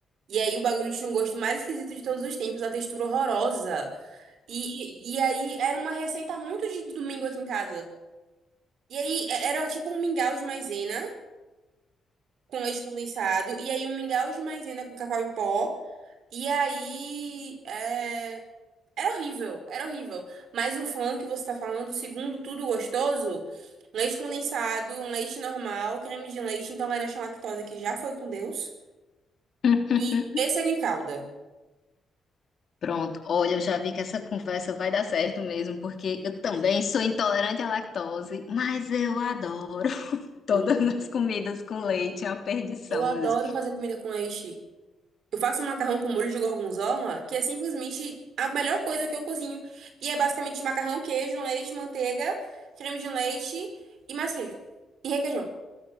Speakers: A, on the right (about 75°); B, on the left (about 60°).
A: E aí o bagulho tinha um gosto mais esquisito de todos os tempos, a textura horrorosa. E, e e aí era uma receita muito de domingo aqui em casa. E aí é- era tipo um mingau de maisena com leite condensado. E aí um mingau de maisena com cacau em pó. E aí é, era horrível, era horrível. Mas o flan que você tá falando, segundo tudo gostoso, leite condensado, um leite normal, creme de leite, intolerância à lactose que já foi com Deus.
B: <laughs>
A: E pêssego em calda.
B: Pronto, olha, eu já vi que essa conversa vai dar certo mesmo, porque eu também sou intolerante à lactose, mas eu adoro. Todas
A: Mulher,
B: <laughs> as comidas com leite é uma perdição,
A: eu adoro
B: meu Deus.
A: fazer comida com leite. Eu faço um macarrão com molho de gorgonzola, que é simplesmente a melhor coisa que eu cozinho. E é basicamente macarrão, queijo, leite, manteiga, creme de leite e mais queijo. E requeijão.